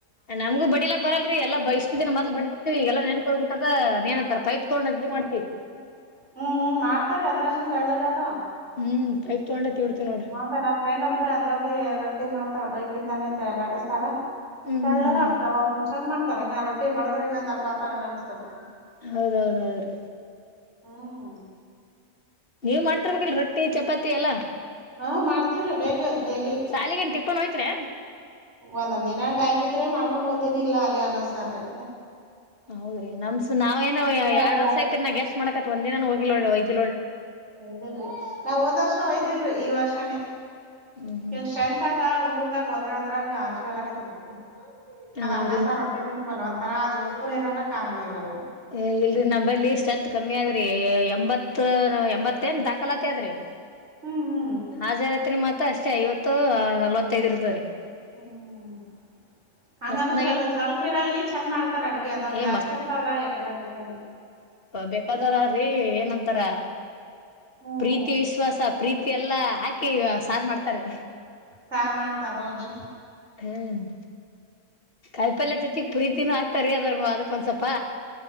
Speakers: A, on the left; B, on the right.
A: ನಮಗು ಬಡಿಲಕ್ ಬರಲ್ಲಲ್ರಿ ಎಲ್ಲ ಬ ಇಷ್ಟತ ದಿನ ಮದಲ ಬಡತಿದೀವಿ ಈ ಎಲ್ಲಾ ನೆನ್ಪಹೊಬಿಟ್ಟದ ಅದೇನ್ಂತರ ಪೈಪ್ ತಗೊಂಡ್ ಅಡ್ಡಿ ಮಾಡ್ತಿವಿ
B: ಹ್ಮ್ ಹ್ಮ ಮಾಡ್ತಾರ ಅದ್ರಾಗ ತೆಳ್ಳಗತ
A: ಹ್ಮ್ ಪೈಪ್ ತಗೊಂಡೆ ತಿಡ್ತೀವಿ ನೋಡ್ರಿ
B: ನಂತ ನಾವ್ ಫ್ರೆಂಡ್ ಒಬ್ಬರು ಅದ್ರಾಗಿ ರೊಟ್ಟಿ ಮಾಡ್ತ ಪೈಪಿಂದಾನ ಲ್ಲಟಿಸ್ತಾರ
A: ಹ್ಮ್
B: ತಳ್ಳಗ
A: ಹ್ಮ್ ಹ್ಮ್ ಹ್ಮ್
B: ಆಗ್ತಾವ
A: ಹ್ಮ್
B: ಅವನು ಚಂದ ಮಾಡ್ತ ಇನ್ನ ರೊಟ್ಟಿ ಬಡದರ ಇನ್ನ ದಪ್ಪಾತ ಅನಸ್ತತಿ
A: ಹೌದೌಹೌದದ್ರಿ
B: ಹ್ಮ್ ಹ್ಮ
A: ನೀವ್ ಮಾಡ್ತಿರ್ಬೇಕಲ್ ರೊಟ್ಟಿ ಚಪಾತಿ ಎಲ್ಲಾ
B: ಹಾ ಮಾಡ್ತವ್ರಿ ಬೇಕ ಡೈಲಿ
A: ಸಾಲಿಗೇನ್ ಟಿಪ್ಪನ್ ಹೋಯ್ತ್ರಿ
B: ಒಂದೊಂದ್ ದಿನ ಟೈಮ್ ಇದ್ರೆ ಮಾಡ್ಕೊಂಡ್ ಹೋಗ್ತೀನಿ ಇಲ್ಲ ಅಲ್ಲೇ ಅನ್ನ ಸಾರರಿ
A: ಹೌದ್ರಿ ನಮ್ಸ ನಾವೇಏನ
B: ಅಡ್ಗೆ
A: ಎರಡ್ ವರ್ಷ ಐತಿ ನ ಗೆಸ್ ಮಾಡಕತ್ ಒಂದ ದಿನನ್ ಹೋಗಿಲ್ಲೋಡಿ ವೈದ
B: ಒದಿಲ್ರಿ ನಾವ ಒಂದ್ ವರ್ಷ ಒಯ್ದಿಲ್ರರಿ ಈ ವರ್ಷನೇ
A: ಹ್ಮ್ ಹ್ಮ್
B: ಇಲ್ ಸ್ಟ್ರೆಂತ್ ಅದ ಹುಡ್ಗರ್ದಾಗೋದ್ರದ್ರಾಗ ಆಶೀವಲ್ ಆಕತದ ಅದ
A: ಹೌದ್ರಿ
B: ಅನ್ನ ಸಾರು ಹೊಟ್ಟಿನೇ ತುಂಬಲ್ಲ ಒಂಥರ ಆದ್ರೆ ಉಪ್ಪುನುೂ ಇರಲ್ಲ ಖಾರಾನೂ ಇರಲ್ಲ ಅದು
A: ಏ ಇಲ್ರಿ ನಂಬಲಿ ಸ್ಟ್ರೇತ್ ಕಮ್ಮಿ ಆದ್ ಎ ಎಂಬತ್ ಎಂಬತ್ತ ಏನ್ ದಾಖಲಾತಿ ಅದ್ರಿ
B: ಹ್ಮ್ ಹ್ಮ್
A: ಹಾಜರಾತ್ರಿ ಮಾತ್ರ ಅಷ್ಟೇ ಐವತ್ತು ನಲ್ವತ್ತೈದ್ ಇರ್ತದರಿ
B: ಹ್ಮ್ ಹ್ಮ್್ಮ ಹಂಗಂದ್ರ
A: ಮಸ್ತ್ನಾಗೆ
B: ಸ್ವಲ ಸ್ವಲ್ಪ ಇರಲಿ ಚಂದ ಮಾಡ್ತಾರ ಅಡ್ಗೆ ಅದಮ್
A: ಏ
B: ಜಾಸ್ತಿ ಇರ್ತಾವಲ್ಲಾ ಎಕಡೆ ಬೇಕ
A: ಬೇಕಾದರ್ರೀ ಏನಂತಾರ
B: ಹ್ಮ್
A: ಪ್ರೀತಿ ವಿಶ್ವಾಸ ಪ್ರೀತಿ ಎಲ್ಲಾ ಹಾಕಿ ಸಾರು ಮಾಡ್ತಾರೆ
B: ಸಾರ್ ಮಾಡ್ತಾರ ಹೌದು
A: ಹ್ಮ ಕಾಯಿ ಪಲ್ಯ ಜೊತೆಗ್ ಪ್ರೀತಿನೂ ಹಾಕತಾರೀ ಅದ್ರ ಅದಕ್ಕೊಂದ್ಸಲ್ಪ.